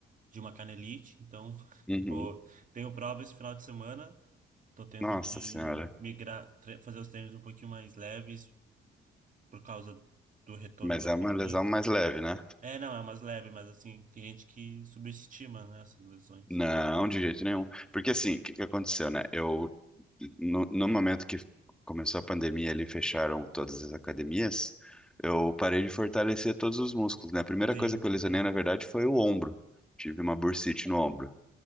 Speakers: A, on the right; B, in the centre.
A: de uma canelite, então <laughs>
B: Uhum.
A: vou- tenho prova esse final de semana. Estou tendo
B: Nossa
A: que
B: Senhora.
A: migrar, tre- fazer os treinos um pouquinho mais leves por causa do retorno
B: Mas
A: da
B: é
A: canelite.
B: uma lesão mais leve, né?
A: É, não, é umas leves, mas assim, tem gente que subestima, né, essas lesões.
B: Não, de jeito nenhum. Porque assim, o que que aconteceu, né? Eu, no, no momento que começou a pandemia ali, fecharam todas as academias, eu parei de fortalecer todos os músculos, né? A primeira
A: Sim.
B: coisa que eu lesionei, na verdade, foi o ombro. Tive uma bursite no ombro.